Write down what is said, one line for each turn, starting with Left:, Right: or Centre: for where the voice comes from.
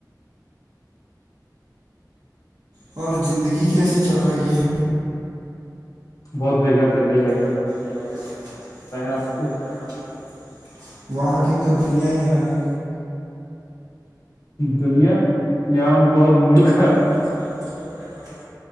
Right: اور زندگی کیسی چل رہی ہے
Left: بہت بےیکار چل رہ
Right: دقت چل رہی ہے بھیا کیای
Left: آپ کو
Right: ہوتیں آپ کو وہاں کی تو دنیا ہی الگ ہے
Left: دنیا یہاں بہت ملک
Right: مڑ خراب ہو رتا ہے